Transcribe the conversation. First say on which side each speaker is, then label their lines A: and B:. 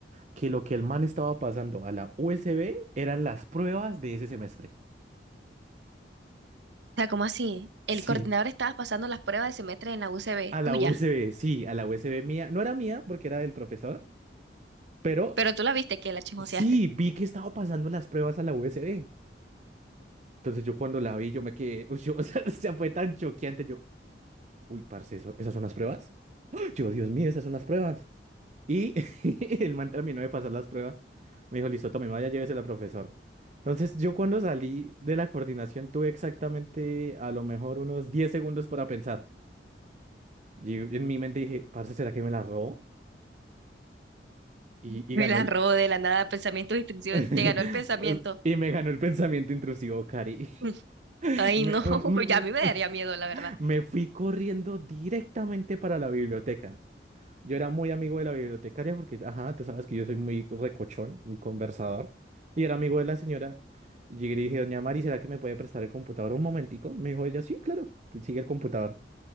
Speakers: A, on the right; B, on the right.
A: que lo que el man estaba pasando a la USB eran las pruebas de ese semestre.
B: sea, ¿cómo así?
A: Sí,
B: El coordinador estaba pasando las pruebas de semestre en la UCB,
A: a la
B: tuya.
A: USB, sí, a la USB mía. No era mía porque era del profesor, pero
B: Pero tú la viste que la chismoseaste.
A: sí, vi que estaba pasando las pruebas a la USB. Entonces yo cuando la vi, yo me quedé, uy, yo- <laughs> o sea, fue tan choqueante, yo, uy, parce, ¿eso- ¿esas son las pruebas? <gasps> Yo, Dios mío, esas son las pruebas. Y <laughs> el man terminó de pasar las pruebas. Me dijo, listo, tome, vaya, llévese la profesora. Entonces, yo cuando salí de la coordinación tuve exactamente a lo mejor unos 10 segundos para pensar. Y en mi mente dije, parce, ¿será que me la robó? Y,
B: <laughs> Me
A: y ganó
B: la
A: el...
B: robó de la nada, pensamiento distintivo.
A: <laughs>
B: Te ganó el pensamiento.
A: Y me ganó el pensamiento intrusivo, Cari.
B: Mm.
A: <laughs>
B: Ay,
A: Me,
B: no, <laughs>
A: <laughs>
B: ya a mí me daría miedo, la verdad.
A: me fui corriendo directamente para la biblioteca. Yo era muy amigo de la bibliotecaria porque, ajá, tú sabes que yo soy muy recochón, muy conversador. Y era amigo de la señora. Y llegué y le dije, doña Mari, ¿será que me puede prestar el computador un momentico? Me dijo ella, sí, claro, sigue el computador.